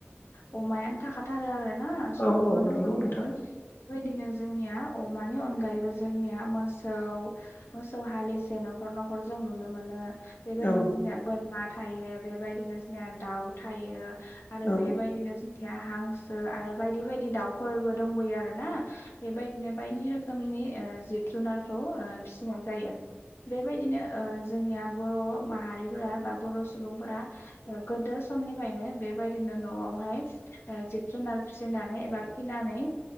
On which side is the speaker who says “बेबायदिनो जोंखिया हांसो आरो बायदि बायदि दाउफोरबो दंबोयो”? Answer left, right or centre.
Left